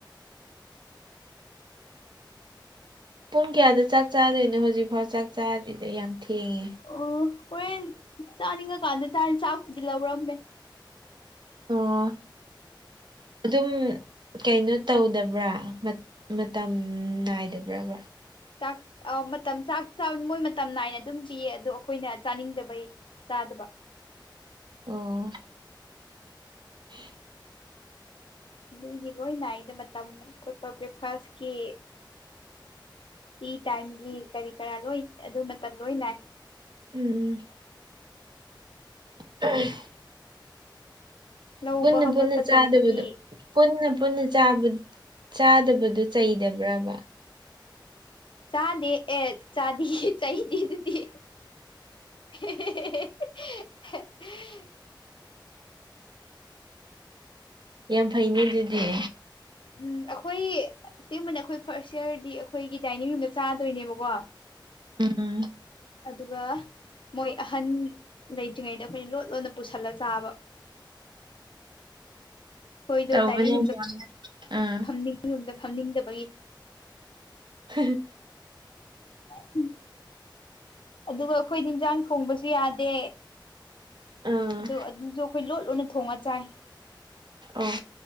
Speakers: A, on the right; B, on the left.
A: ꯄꯨꯡ ꯀꯌꯥꯗ ꯆꯥꯛ ꯆꯥꯗꯣꯏꯅꯣ ꯍꯧꯖꯤꯛꯐꯥꯎ ꯆꯥꯛ ꯆꯥꯗꯤꯗꯣ ꯌꯥꯝ ꯊꯦꯡꯉꯦ꯫
B: ꯑꯣ ꯍꯣꯔꯦꯟ ꯆꯥꯅꯤꯡꯉꯀꯥꯟꯗ ꯆꯥꯅꯤ ꯆꯥꯛꯄꯨꯗꯤ ꯂꯧꯔꯝꯃꯦ꯫
A: ꯑꯣ ꯑꯗꯨꯝ ꯀꯩꯅꯣ ꯇꯧꯗꯕ꯭ꯔꯥ ꯃꯠ ꯃꯇꯝ ꯅꯥꯏꯗꯕ꯭ꯔꯕ
B: ꯆꯥꯛ ꯑꯣ ꯃꯇꯝ ꯆꯥꯛ ꯆꯥꯕꯗꯣ ꯃꯣꯏ ꯃꯇꯝ ꯅꯥꯏꯅ ꯑꯗꯨꯝ ꯄꯤꯌꯦ ꯑꯗꯣ ꯑꯩꯈꯣꯏꯅ ꯆꯅꯤꯡꯗꯕꯩ ꯆꯥꯗꯕ
A: ꯑꯣ꯫ <unintelligible>
B: ꯑꯗꯨꯏꯒꯤ ꯂꯣꯏ ꯅꯥꯏꯗ ꯃꯇꯝ ꯈꯣꯠꯄ ꯕ꯭ꯔꯦꯛꯐꯥꯁꯀꯤ ꯇꯤ ꯇꯥꯏꯝꯒꯤ ꯀꯔꯤ ꯀꯔꯥ ꯂꯣꯏ ꯑꯗꯨ ꯃꯇꯝ ꯂꯣꯏ ꯅꯥꯏ꯫
A: ꯎꯝ꯫ <unintelligible>
B: ꯂꯧꯕ
A: ꯄꯨꯟꯅ
B: ꯍꯧꯒꯠꯄ
A: ꯄꯨꯟꯅ ꯆꯥꯗꯕꯗꯣ꯫
B: ꯇꯟꯕꯒꯤ
A: ꯄꯨꯟꯅ ꯄꯨꯟꯅ ꯆꯥꯕ ꯆꯥꯗꯕꯗꯨ ꯆꯩꯗꯕ꯭ꯔꯕ꯫
B: ꯆꯥꯗꯦ ꯑꯦ ꯆꯥꯗꯤꯌꯦ ꯆꯩꯗꯦ ꯑꯗꯨꯗꯤ꯫ <unintelligible>
A: ꯌꯥꯝ ꯐꯩꯅꯦ ꯑꯗꯨꯗꯤ꯫
B: ꯎꯝ ꯑꯩꯈꯣꯏ ꯑꯁꯦꯡꯕꯅꯤ ꯑꯩꯈꯣꯏ ꯐꯥꯔꯁ ꯏꯌꯥꯔꯗꯤ ꯑꯩꯈꯣꯏꯒꯤ ꯗꯥꯏꯅꯤꯡ ꯔꯨꯝꯗ ꯆꯥꯗꯣꯏꯅꯦꯕꯀꯣ꯫
A: ꯎꯝ꯫
B: ꯑꯗꯨꯒ ꯃꯣꯏ ꯑꯍꯟ ꯂꯩꯇ꯭ꯔꯤꯉꯩꯗ ꯑꯩꯈꯣꯏꯅ ꯂꯣꯠ ꯂꯣꯠꯅ ꯄꯨꯁꯜꯂ ꯆꯥꯕ꯫ ꯈꯣꯏꯗꯣ
A: ꯇꯧꯕꯅꯦ
B: ꯗꯥꯏꯅꯤꯡ ꯔꯨꯝꯗ
A: ꯌꯥꯝꯅ ꯑꯥ
B: ꯐꯝꯅꯤꯡ ꯔꯨꯝꯗ ꯐꯝꯅꯤꯡꯗꯕꯒꯤ꯫
A: <unintelligible>
B: <unintelligible> ꯑꯗꯨꯒ ꯑꯩꯈꯣꯏꯗꯤ ꯏꯟꯖꯥꯡ ꯊꯣꯡꯕꯁꯨ ꯌꯥꯗꯦ꯫
A: ꯑꯥ
B: ꯑꯗꯣ ꯑꯗꯨꯖꯨ ꯑꯩꯈꯣꯏ ꯂꯣꯠ ꯂꯣꯠꯅ ꯊꯣꯡꯉ ꯆꯥꯏ꯫
A: ꯑꯣ